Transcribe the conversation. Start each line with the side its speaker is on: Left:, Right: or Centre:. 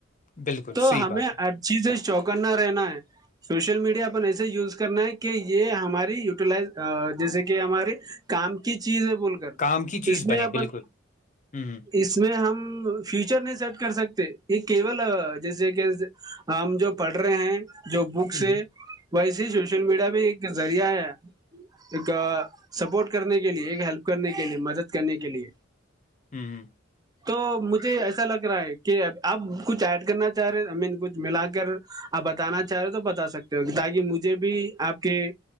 Left: بالکل
Right: تو
Left: صحیح
Right: ہمیں
Left: بات ہے،
Right: ہر چیزیں چوکنا رہنا ہے سوشل میڈیا اپن ایسے یوز کرنا ہے کہ یہ ہماری یٹیلائز جیسے کہ ہمارے کام کی چیز بول کر
Left: کام کی چیز
Right: اس میں
Left: بنے،
Right: اپن
Left: بالکل، ہوں،
Right: اس میں ہم فیوچر نہیں سیٹ کر سکتے یہ کیول جیسے کہ ہم جو پڑھ رہے ہیں جو بک سے
Left: ہوں،
Right: ویسی سوشل میڈیا میں ایک ذریعہ ہے کا سپورٹ کرنے کی ے ہیلپ کرنے کے لیے مدد کرنے کے لیے
Left: ہوں،
Right: تو مجھے ایسا لگ رہا ہے کہ آپ کچھ ایڈ کرنا چاہ رہے ہو آ مین کچھ ملا کر آپ بتانا چاہ رہے ہو تو بتا سکتے ہو تاکہ مجھے بھی آپ کے